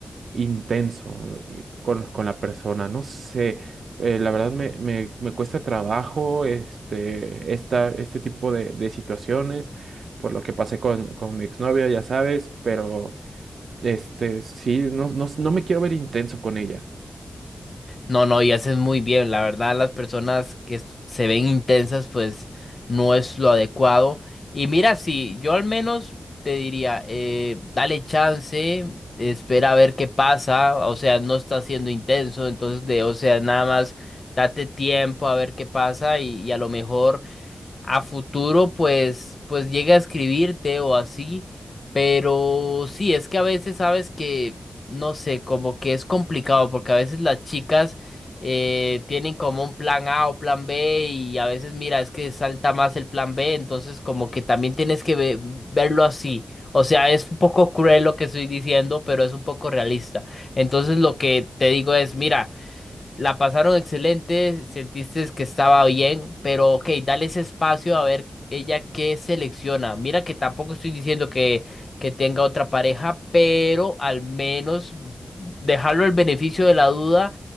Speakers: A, on the right; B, on the left.
A: intenso eh, con, con la persona, no sé. eh, la verdad me, me, me cuesta trabajo este, esta, este tipo de, de situaciones, por lo que pasé con, con mi exnovia, ya sabes, pero... Este, sí, no, no, no me quiero ver intenso con ella.
B: No, no, y haces muy bien. La verdad, las personas que s- se ven intensas, pues no es lo adecuado. Y mira, sí, yo al menos te diría, eh, dale chance, espera a ver qué pasa. O sea, no está siendo intenso, entonces de, o sea, nada más date tiempo a ver qué pasa y, y a lo mejor a futuro pues pues llega a escribirte o así, pero sí, es que a veces sabes que no sé, como que es complicado porque a veces las chicas eh, tienen como un plan A o plan B y a veces mira, es que salta más el plan B, entonces como que también tienes que ve- verlo así. O sea, es un poco cruel lo que estoy diciendo, pero es un poco realista. Entonces lo que te digo es, mira, la pasaron excelente, sentiste que estaba bien, pero ok, dale ese espacio a ver ella qué selecciona. Mira que tampoco estoy diciendo que, que tenga otra pareja, pero al menos dejarlo al beneficio de la duda